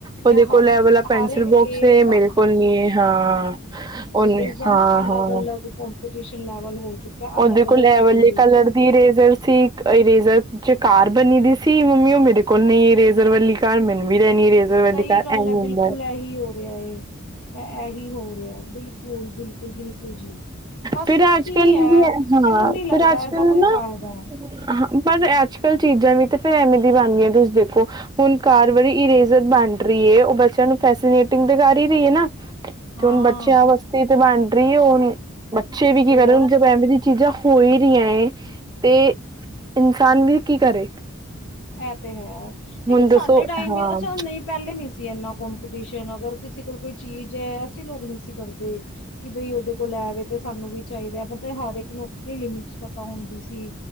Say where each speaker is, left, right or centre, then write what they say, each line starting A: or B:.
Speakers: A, on the right; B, on the left.
A: ਉਹਦੇ ਕੋਲ
B: ਹਰ
A: ਇਹ
B: ਮਤਲਬ
A: ਵਾਲਾ ਪੈਨਸਿਲ
B: ਹਰ ਇੱਕ
A: ਬੋਕਸ
B: ਏਜ
A: ਏ, ਮੇਰੇ
B: ਦਾ
A: ਕੋਲ ਨੀ ਏ। ਹਾਂ ਉਹਨੇ
B: ਹੈਨਾ,
A: ਹਾਂ
B: ਅਲੱਗ
A: ਹਾਂ
B: -ਅਲੱਗ। ਕਪੀਟੀਸ਼ਨ ਲੈਵਲ ਹੋ ਚੁੱਕਿਆ ਅਲੱਗ
A: ਉਹਦੇ ਕੋਲ
B: ਅਲੱਗ
A: ਐ
B: ਫੀਲਡ
A: ਵਲੇ
B: ਵਿੱਚ
A: ਕਲਰ ਦੀ ਇਰੇਜਰ ਸੀ। ਇਰੇਜਰ ਚ ਕਾਰ- ਬਣੀ ਦੀ ਸੀ। ਮੰਮੀ ਉਹ ਮੇਰੇ ਕੋਲ ਨਹੀਂ ਇਰੇਜ਼ਰ ਵਾਲੀ ਕਾਰ ਮੈਨੂੰ- ਵੀ ਲੈਣੀ ਇਰੇਜ਼ਰ ਵਾਲੀ
B: ਸਹੀ
A: ਕਾਰ
B: ਗੱਲ
A: ਐਵੇਂ
B: ਹੈ,
A: ਹੁੰਦਾ
B: ਬਿਲਕੁਲ ਏਹੀ ਹੋ ਰਿਹਾ ਏ। ਇਹੀ ਹੋ ਰਿਹਾ, ਬਿਲਕੁਲ-ਬਿਲਕੁਲ-ਬਿਲਕੁਲ ਜੀ। ਬਸ
A: ਫਿਰ ਅੱਜ-ਕੱਲ
B: ਕੀ ਹੈ
A: ਵੀ
B: ਮੈਨੂੰ
A: ਨਾ
B: ਨੀ ਲੱਗਦਾ
A: ਫਿਰ ਅੱਜ-ਕੱਲ
B: ਇਸਦਾ ਕੋਈ
A: ਨਾ
B: ਫਾਇਦਾ ਹੈ
A: ਹ ਪਰ ਅੱਜ -ਕੱਲ ਚੀਜ਼ਾਂ ਵੀ ਤੇ ਫੇਰ ਐਵੇਂ ਦੀ ਬਣਗੀ ਏ, ਤੁਸੀਂ ਦੇਖਿਓ। ਹੁਣ ਕਾਰ ਵਾਲੀ ਇਰੇਸਰ ਜੇ ਬਣ ਰੀਏ ਉਹ ਬੱਚਿਆਂ ਨੂੰ ਫੈਸੀਨੇਟਿੰਗ ਤੇ ਕਰ ਈ ਰਈ ਨਾ-
B: ਹਾਂ।
A: ਹੂਨ, ਬਚਿਆ ਵਸਤੇ ਤੇ ਏ ਬਣ <unintelligible> ਬੱਚੇ ਵੀ
B: ਤੇ
A: ਕੀ
B: ਹੋਰ
A: ਕਰਨ ਜਬ ਏਹੋ ਜੀ ਚੀਜ਼ਾਂ- ਹੋ ਈ ਰਹੀਆਂ। ਤੇ ਇਨਸਾਨ ਵੀ ਕੀ ਕਰੇ।
B: ਐ ਤੇ ਹੈ। ਲੇਕਿਨ
A: ਹੁਣ ਦੱਸੋ
B: ਸਾਡੇ ਟਾਈਮ
A: ਹਾਂ
B: ਅੱਸਾ ਨਹੀਂ ਪਹਿਲੇ ਨੀ ਸੀ ਤੇ ਏਨਾ ਕੰਪੀਟੀਸ਼ਨ - ਤੇ ਅਗਰ ਕਿਸੇ ਕੋਲ ਕੋਈ ਚੀਜ਼ ਤੇ ਅਸੀ ਲੋਕ ਨਹੀਂ ਸੀ ਕਰਦੇ ਕਿ ਬਈ ਓਦੇ ਕੋਲ ਐ ਵੇ ਤੇ ਸਾਨੂੰ ਵੀ ਚਾਹੀਦਾ। ਬੰਦੇ ਹਰ ਇਕ ਨੂੰ ਆਪਣੀ ਲਿਮਿਟਸ ਪਤਾ ਹੁੰਦੀ ਸੀ।